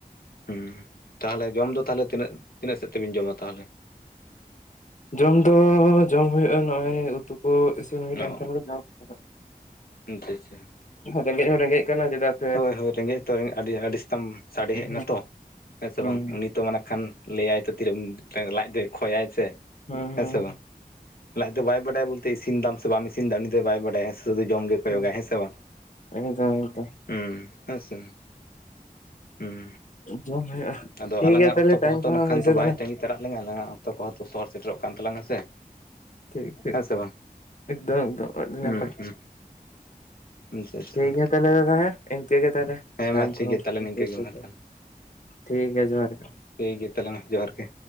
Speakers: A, on the left (about 75°); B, on the left (about 55°).
A: ᱦᱮᱸ ᱛᱟᱦᱞᱮ ᱡᱚᱢ ᱫᱚ ᱛᱟᱦᱞᱮ ᱛᱤᱱᱟᱹᱜ ᱛᱤᱱᱟᱹᱜ ᱥᱮᱫ ᱛᱮᱵᱤᱱ ᱡᱚᱢᱟ ᱛᱟᱦᱞᱮ?
B: ᱡᱚᱢ ᱫᱚ ᱡᱚᱢ ᱦ ᱦᱩᱭᱩᱜᱼᱟ ᱱᱚᱜᱼᱚᱭ ᱼᱼ ᱩᱛᱩ ᱠᱚ ᱤᱥᱤᱱ ᱦᱤᱭ ᱞᱮᱱᱠᱷᱟᱱ
A: ᱚ
B: ᱜᱮ ᱡᱚᱢ ᱜᱟᱱᱚᱜ
A: ᱟᱪᱪᱷᱟ ᱟᱪᱪᱷᱟ
B: <inaudible> ᱨᱮᱸᱜᱮᱡ ᱦᱚᱸ ᱨᱮᱸᱜᱮᱡ ᱠᱟᱱᱟ᱾ ᱡᱮᱫᱟᱜ <unintelligible>
A: ᱦᱳᱭ ᱦᱳᱭ ᱨᱮᱸᱜᱮᱡ ᱛᱚ ᱟᱹᱰᱤ ᱟᱹᱰᱤ ᱥᱟᱛᱟᱢ ᱥᱟᱰᱮ
B: ᱦᱩᱸ
A: ᱦᱮᱡ ᱮᱱᱟ ᱛᱚ᱾ ᱦᱮᱸ ᱥᱮ
B: ᱦᱩᱸ
A: ᱵᱟᱝ ᱩᱱᱤ ᱼᱼ ᱛᱚ ᱢᱟᱱᱮ ᱠᱷᱟᱱ ᱞᱟᱹᱭᱟᱭ ᱛᱚ ᱛᱤᱨᱮ ᱞᱟᱡ ᱫᱚ ᱠᱷᱚᱭᱟᱭ ᱥᱮ
B: ᱦᱩᱸ
A: ᱦᱮᱸ
B: ᱦᱩᱸ
A: ᱥᱮ ᱵᱟᱝ ᱞᱟᱡ ᱫᱚ ᱵᱟᱭ ᱵᱟᱰᱟᱭᱟ ᱵᱚᱞᱛᱮ ᱤᱥᱤᱱ ᱫᱟᱢ ᱥᱮ ᱵᱟᱢ ᱤᱥᱤᱱᱫᱟ ᱩᱱᱤᱫ ᱫᱚ ᱵᱟᱭ ᱵᱟᱰᱟᱭᱟ ᱥᱩᱫᱩ ᱡᱚᱢ ᱜᱮ ᱠᱚᱭᱚᱜᱟᱭ᱾
B: ᱦᱩᱸ
A: ᱦᱮᱸ ᱥᱮ ᱵᱟᱝ?
B: ᱮᱠᱫᱚᱢ <inaudible>
A: ᱦᱩᱸ ᱦᱮᱸ ᱥᱮ ᱦᱮᱸ
B: ᱡᱚᱢ ᱦᱩᱭᱩᱜᱼᱟ
A: ᱟᱫᱚ
B: ᱴᱷᱤᱠ
A: ᱟᱞᱟᱝᱟᱜ
B: ᱜᱮᱭᱟ ᱛᱟᱦᱚᱞᱮ
A: ᱚᱠᱛᱚ
B: ᱴᱟᱭᱤᱢ
A: ᱠᱚᱦᱛᱚ
B: ᱠᱚᱦᱚᱸ
A: ᱱᱟᱠᱷᱟᱱ
B: ᱦᱩᱭ
A: ᱛᱚ
B: ᱥᱟᱹᱛ
A: ᱵᱟᱭ
B: ᱮᱱᱟ
A: ᱛᱟᱸᱜᱤ ᱥᱮᱴᱮᱨᱟᱜ ᱞᱟᱧᱟ ᱟᱞᱝᱟᱜ ᱚᱠᱛᱚ ᱠᱚᱦᱚᱸ ᱛᱚ ᱥᱚᱦᱚᱨ ᱥᱮᱴᱮᱨᱚᱜ ᱠᱟᱱ ᱛᱟᱞᱟᱝᱟ ᱥᱮ᱾
B: ᱴᱷᱤᱠ ᱴᱷᱤᱠ
A: ᱦᱮᱸ ᱥᱮ ᱵᱟᱝ
B: ᱮᱠᱫᱚᱢ ᱮᱠᱫᱚᱢ ᱟᱹᱰᱤ
A: ᱦᱩᱸ
B: ᱱᱟᱯᱟᱭ।
A: ᱦᱩᱸ ᱟᱪᱪᱷᱟ ᱟᱪᱪᱷᱟ
B: ᱴᱷᱤᱠ ᱜᱮᱭᱟ ᱛᱟᱦᱞᱮ ᱫᱟᱫᱟ ᱦᱮᱸ ᱤᱱᱠᱟᱹ ᱜᱮ ᱛᱟᱦᱞᱮ
A: ᱦᱮᱸ
B: ᱴᱟᱭᱤᱢ
A: ᱢᱟ ᱴᱷᱤᱠ
B: ᱠᱚᱦᱚᱸ
A: ᱜᱮᱭᱟ ᱛᱟᱦᱚᱞᱮ ᱱᱤᱝᱠᱟᱹ
B: ᱦᱩᱭ
A: ᱜᱮ
B: ᱥᱟᱹᱛ
A: ᱢᱟ ᱛᱟᱦᱚᱞᱮ
B: ᱮᱱᱟ <inaudible> ᱴᱷᱤᱠ ᱜᱮᱭᱟ ᱡᱚᱦᱟᱨ ᱜᱮ।
A: ᱴᱷᱤᱠ ᱜᱮᱭᱟ ᱛᱟᱦᱚᱞᱮ ᱢᱟ ᱡᱚᱦᱟᱨ ᱜᱮ।